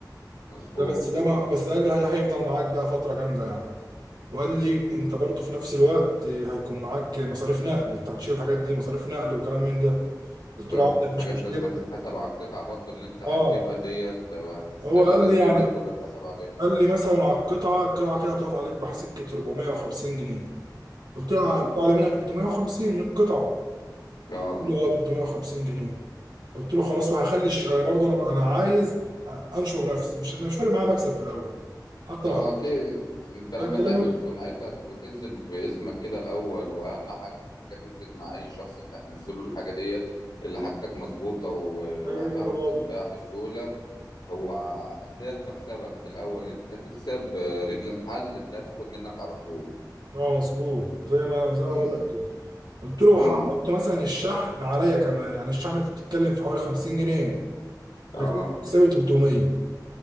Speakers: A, on the left; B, on the right.
A: مظبوط
B: ده بس ده ما بس ده قال لي ده هيفضل معاك بقى فتره جامده يعني وقال لي انت برضه في نفس الوقت هيكون معاك مصاريف نقل انت هتشيل الحاجات دي مصاريف نقل وكلام من ده قلت
A: صح
B: له عادي مفيش
A: حاجات
B: مشكله
A: لازم أن تتحسب على القطعة برضو اللي انت هتجيبها
B: اه
A: ديت وهتنزلها
B: هو قال
A: لازم
B: لي يعني
A: أن ده كله يتحسب عليه
B: قال لي مثلا على القطعه القطعه كده هتقف عليك بحسكه 450 جنيه قلت له
A: امم
B: هتطلع لي منها 350 من القطعه
A: اه
B: قال لي اه 350 جنيه قلت له خلاص وهخلي الش- انا برضه انا انا عايز انشر نفسي مش انا مش فارق معايا مكسب في الاول حتى
A: اه
B: لو حط-
A: اكيد انت لما
B: ده الكلام
A: تعمل سمعتك وتنزل باسمك كده الاول واهم حاجه تثبت مع اي شخص انت هتنزله الحاجه ديت اللي حاجتك مظبوطه و-
B: ايوه
A: وهتعرف
B: برافو
A: تنباع بسهوله هو ديت مكسبك في الاول انت هتكسب آه، رجل محل ده تاخد منك على طول
B: اه مظبوط زي ما زي ما
A: امم
B: بقول لك كده قلت له
A: امم
B: هحط مثلا الشحن عليا كمان يعني الشحن بتتكلم في حوالي 50 جنيه بكده
A: اه
B: مكسبي 300